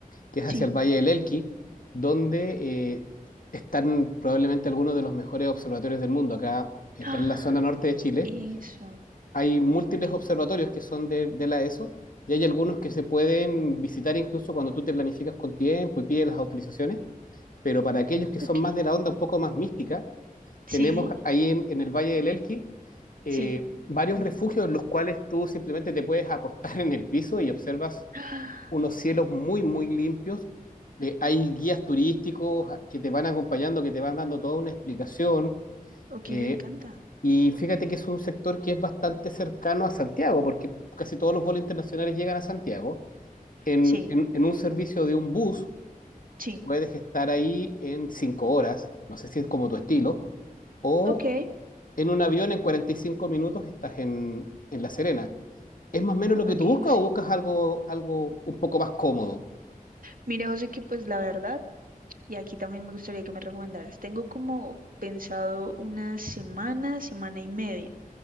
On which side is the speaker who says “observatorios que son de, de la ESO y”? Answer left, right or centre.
Left